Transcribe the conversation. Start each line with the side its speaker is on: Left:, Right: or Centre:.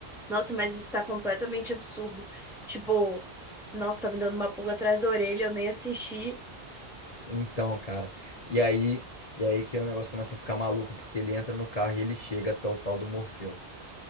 Centre: Nossa, mas isso tá completamente absurdo. Tipo, nossa, tá me dando uma pulga atrás da orelha, eu nem assisti.
Left: Então, cara. E aí, e aí que o negócio começa a ficar maluco, porque ele entra no carro e ele chega até o tal do Morfeu.